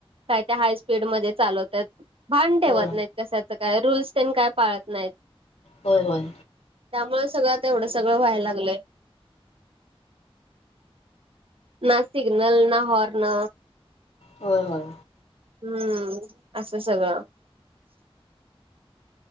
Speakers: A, on the right; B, on the left.
A: काय त्या हाय स्पीड मध्ये चालवत्यात भान ठेवत
B: होय
A: नाहीत कशाच काय रूल्स तेन काय पाळत नाहीत
B: होय होय
A: त्यामुळे सगळं तेवढं सगळं व्हायला लागलंय ना सिग्नल ना हॉर्न
B: होय होय
A: हम्म असं सगळं